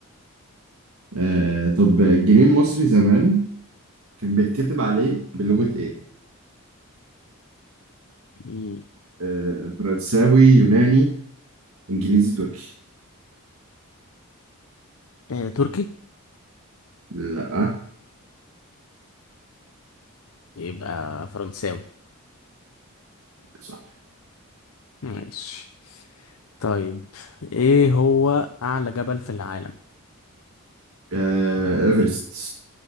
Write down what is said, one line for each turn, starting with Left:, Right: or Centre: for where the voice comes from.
Right: آه طب الجنيه المصري زمان كان بيتكتب عليه بلغة ايه؟
Left: مم.
Right: آه فرنساوي يوناني انجليزي تركي
Left: أه... تركي
Right: لا
Left: يبقى فرنساوي
Right: صح
Left: ماشي طيب ايه هو اعلى جبل في العالم
Right: آه ايفرست